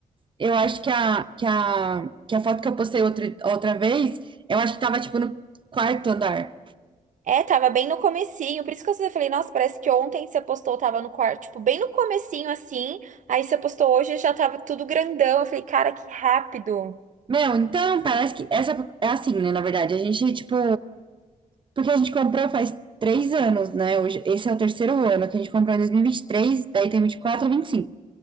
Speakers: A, on the right (about 35°); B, on the right (about 65°).
A: eu acho que a, que a, que a foto que eu postei outra, outra vez, eu acho que tava, tipo, no quarto andar.
B: é, tava bem no comecinho, por isso que eu falei, nossa, parece que ontem você postou, tava no quarto, tipo, bem no comecinho assim, aí você postou hoje já tava tudo grandão. Eu falei, cara, que rápido.
A: Meu, então, parece que essa é assim, né? Na verdade, a gente, tipo, porque a gente comprou faz três anos, né? Hoje, esse é o terceiro ano que a gente comprou em dois mil e e vinte e três, daí tem vinte vinte e quatro, vinte e cinco.